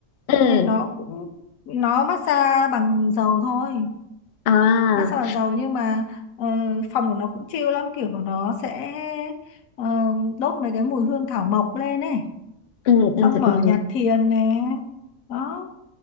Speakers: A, on the left; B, on the left.
A: ừ
B: cho nên nó cũng nó massage bằng dầu thôi
A: à
B: massage bằng dầu nhưng mà ờ, phòng của nó cũng chill lắm kiểu của nó sẽ ờ, đốt mấy cái mùi hương thảo mộc lên này
A: ừ ừ
B: xong mở
A: ừ
B: nhạc thiền nè đó